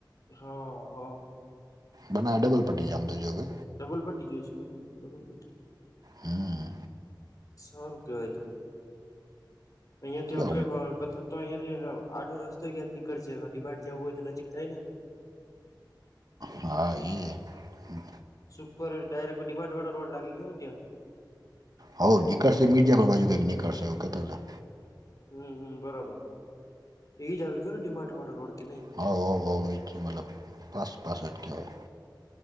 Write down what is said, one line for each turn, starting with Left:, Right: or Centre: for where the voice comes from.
Left: હા, હો.
Right: બનાવ ડબલ પટ્ટટી જામ તો જો કે.
Left: ડબલ પટ્ટી જોઈ સિંગલ પટ્ટી નહીં ડબલ પટ્ટી.
Right: હમ્મ.
Left: સારું કેવાય તો અહિયાંથી
Right: જો
Left: આપડે બા બત તો અહંયા થી આડો રસ્તો ક્યાંક નીકળ છે હવે ડી માર્ટ જવું હોય તો નજીક થાય ને.
Right: હા એ હમ્મ.
Left: સુપર ડાયરેક્ટ ડી માર્ટ વાડો રોડ લાગી ગયો ને ત્યાં.
Right: હઉ નીકળશે મીડિયા પર બાજુ કઈક નીકળશે એવું કેતા તા.
Left: હમ્મ હમ્મ બરાબર એ જ આવી ગયયો ને ડી માર્ટ વાડો રોડ કે નહી?
Right: હાઉ હાઉ હાઉ એ ક્યું મતલબ પાસ પાસટ કેહવાય.